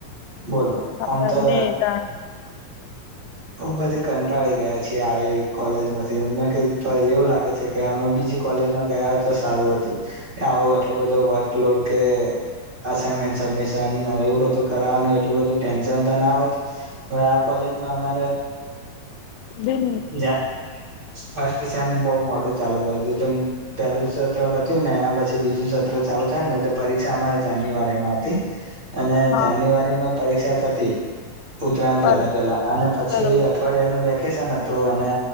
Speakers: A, on the right (about 35°); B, on the left (about 85°).
A: બોલોમ
B: ખબર
A: તો
B: નઈ તા
A: હબ કંટાળી ગયા છીએ આવી કોલેજ માંથીને એવું લાગે છે કે અમે બીજી કોલેજમાં ગયા તો સારું હતું આવું એટલું બધું વર્કલોડ કે અસનમેન્ટ સબમિશન એવું બધું કરાવવાનું એટલું બધું ટેન્શન તો ના હોત હવે આ કોલેજમાં અમારે
B: બી
A: જા ફસ્ટ સેમ બહુ મોડું ચાલુ કર્યું હતું તેમ પેલું જ સત્ર પત્યુંને એના પછી બીજું સત્ર ચાલુ થાય ને તો પરીક્ષા અમારે જાન્યુઆરીમાં હતી અને
B: હા
A: જાન્યુઆરી માં પરીક્ષા પતી ઉત્તરાયણ
B: બરોબર
A: પેલા પેલા અને પછી
B: બરોબર
A: અ યાનુ વેકેશન હતું અને